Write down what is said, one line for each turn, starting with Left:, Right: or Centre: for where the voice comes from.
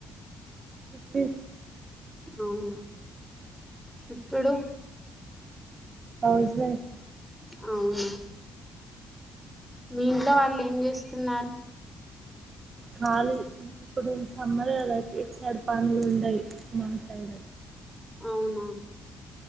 Right: ఉ
Centre: అవునా ఇప్పుడు
Right: హౌజ్ వైఫ్
Centre: అవునా మీ ఇంట్లో వాళ్ళు ఏం చేస్తున్నారు
Right: ఖాళీ ఇప్పుడు సమ్మర్ కద ఇటు సైడ్ పనులు ఉండయి మా సైడ్
Centre: అవునా